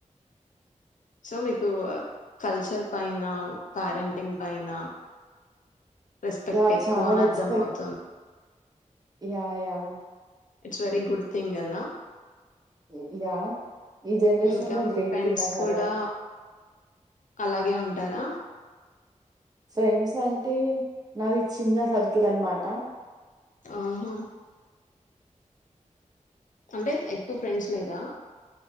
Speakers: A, on the left; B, on the right.
A: సల్ మీకు కల్చర్ పైన ప్యారెంటింగ్ పైన రెస్పెక్ట్
B: యా
A: ఎక్కువ
B: చాలా
A: అని
B: రెస్పెక్ట్
A: అర్థం అవుతుం
B: yeah yeah
A: it's very good thing కదా
B: ఇ- యా ఈ జనరేషన్
A: ఇంకా
B: లో గ్రేట్
A: ఫ్రెండ్స్
B: థింగ్ అసలు
A: కూడా అలాగే ఉంటారా
B: ఫ్రెండ్స్ అంటే నాది చిన్న సర్కిల్ అనమాట
A: ఆహా అంటే ఎక్కువ ఫ్రెండ్స్ లేరా